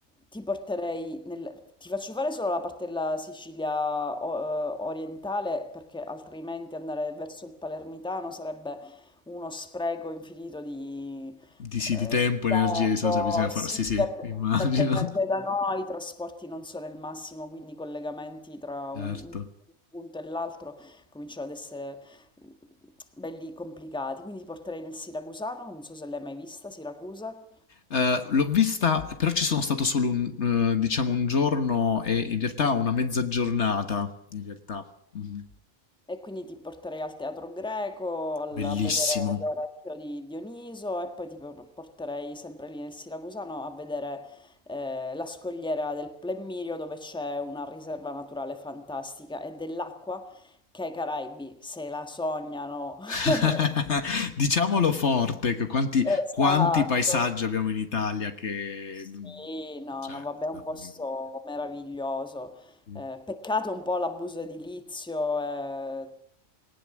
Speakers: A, in the centre; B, on the left.
A: ti porterei nel... Ti faccio fare solo la parte della Sicilia o- eh, orientale perché altrimenti andare verso il palermitano sarebbe uno spreco infinito di
B: Di sì,
A: Ehm,
B: di tempo, energia,
A: tempo,
B: e risorse bisogna
A: sì,
B: fare. Sì, sì,
A: per
B: immagino.
A: perché anche
B: <laughs>
A: da noi i trasporti non sono il massimo, quindi i collegamenti tra un,
B: Certo.
A: un punto e l'altro cominciano ad essere eh, belli complicati. Quindi ti porterei nel Siracusano, non so se l'hai mai vista, Siracusa.
B: Eh, l'ho vista, però ci sono stato solo un, eh, diciamo un giorno e in realtà una mezza giornata, in realtà. Mhm.
A: E quindi ti porterei al teatro greco, al-
B: Bellissimo.
A: a vedere l'orecchio di Dioniso e poi ti por- porterei sempre lì nel Siracusano a vedere eh, la scogliera del Plemmirio dove c'è una riserva naturale fantastica e dell'acqua che i Caraibi se la sognano. <laughs>
B: <laughs> Diciamolo forte, che quanti,
A: Esatto.
B: quanti paesaggi abbiamo in Italia che...
A: Sì, no,
B: Cioè,
A: no, vabbè, è
B: da
A: un
B: fare
A: posto
B: invidia.
A: meraviglioso.
B: Sì,
A: Eh, peccato un po' l'abuso edilizio e,